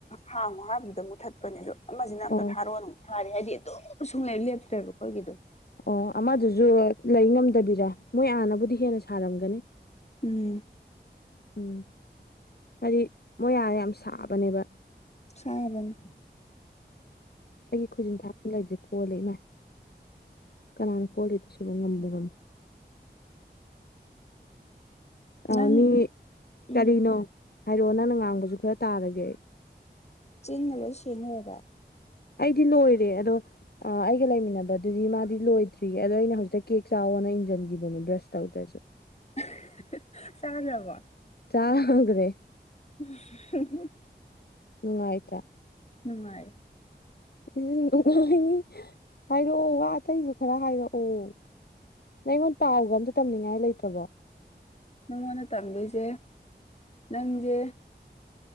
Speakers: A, on the left; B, on the left.
A: ꯍꯥꯡꯉꫭ ꯍꯥꯏꯕꯗꯨꯗ ꯃꯨꯠꯊꯠ ꯄꯅꯦꯗꫭ ꯑꯗꯣ ꯑꯃꯁꯤꯅ ꯑꯝꯇ
B: ꯑꯣ
A: ꯊꯥꯔꯣꯑꯣ ꯊꯥꯔꯦ ꯍꯥꯏꯗꯤ ꯑꯗꯨꯝ ꯁꯨꯡꯂꯩ ꯂꯦꯞꯇ꯭ꯔꯦꯕ ꯑꯩꯈꯣꯏꯒꯤꯗꯣ
B: ꯑꯣ ꯑꯃꯗꯨꯁꯨ ꯂꯩ ꯉꯝꯗꯕꯤꯔ ꯃꯣꯏ ꯑꯥꯅꯕꯨꯗꯤ ꯍꯦꯟꯅ ꯁꯥꯔꯝꯒꯅꯤ
A: ꯎꯝ
B: ꯎꯝ ꯍꯥꯏꯗꯤ ꯃꯣꯏ ꯑꯥ ꯌꯥꯝ ꯁꯥꯕꯅꯦꯕ
A: ꯁꯥꯕꯅꯤ
B: ꯑꯩꯒꯤ ꯈꯨꯖꯤꯟ ꯊꯥꯡ ꯑꯝ ꯂꯩꯕꯁꯦ ꯀꯣꯜꯂꯦ ꯃꯥꯏ ꯀꯅꯥꯅ ꯀꯣꯜꯂꯤꯅꯣ ꯁꯤꯕꯨ ꯉꯝꯕꯨ ꯉꯝꯃꯤ ꯑꯥ
A: ꯅꯪ
B: ꯃꯤ
A: ꯎꯝ
B: ꯀꯔꯤꯅꯣ ꯍꯥꯏꯔꯛꯑꯣ ꯅꯪꯅ ꯉꯥꯡꯕꯁꯨ ꯈꯔ ꯇꯥꯔꯒꯦ ꯑꯩ
A: ꯆꯤꯟꯅ ꯂꯣꯏ ꯁꯦꯡ ꯂꫭꯏꯔꯕ
B: ꯑꯩꯗꯤ ꯂꯣꯏꯔꯦ ꯑꯗꯣ ꯑ ꯑꯩꯒ ꯂꯩꯃꯤꯟꯅꯕꯗꯨꯗꯤ ꯃꯥꯗꯤ ꯂꯣꯏꯗ꯭ꯔꯤꯌꯦ ꯑꯗꯣ ꯑꯩꯅ ꯍꯧꯖꯤꯛꯇ ꯀꯦꯛ ꯆꯥꯎꯑꯣꯅ ꯏꯟꯖꯟꯒꯤꯕꯅꯦ ꯕ꯭ꯔꯁ ꯇꯧꯗ꯭ꯔꯖꯨ <inaudible>
A: <unintelligible> ꯆꯥꯗ꯭ꯔꯕꯣ
B: ꯆꯥꯒ꯭ꯔꯦ
A: <unintelligible>
B: ꯅꯨꯡꯉꯥꯏꯇ꯭ꯔꯥ
A: ꯅꯨꯡꯉꯥꯏ
B: ꯎꯝ ꯅꯨꯡꯉꯥꯏꯅꯤ ꯍꯥꯏꯔꯛꯑꯣ ꯋꯥ ꯑꯇꯩꯁꯨ ꯈꯔ ꯍꯥꯏꯔꯛꯑꯣ ꯅꯪ ꯑꯩꯉꯣꯟ ꯄꯥꯎꯒ ꯑꯝꯇ ꯇꯝꯅꯤꯡꯉꯥꯏ ꯂꯩꯇ꯭ꯔꯕꯣ
A: ꯅꯪꯉꯣꯟꯗ ꯇꯝꯗꯣꯏꯁꯦ ꯅꯪꯖꯦ